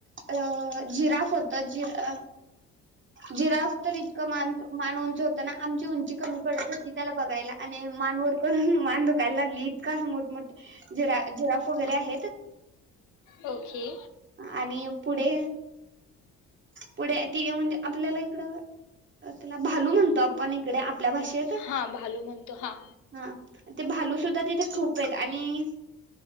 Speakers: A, on the right; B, on the left.
A: अ जिराफ होत जि अ जिराफ तर इतकं मान उंच होतं ना, आमची उंची कमी पडत होती. त्याला बघायला आणि मानवर करून मान दुखायला लागली, इतका मोठ-मोठ जिरा जिराफ वगैरे आहेत.
B: ओके
A: आणि पुढे पुढे ती म्हणजे आपल्याला इकड त्याला भालू म्हणतो. आपण इकडे आपल्या भाषे ते येत
B: हां भालू म्हणतो हां
A: हा... ते भालू शुद्ध तिथे खूप आहेत आणि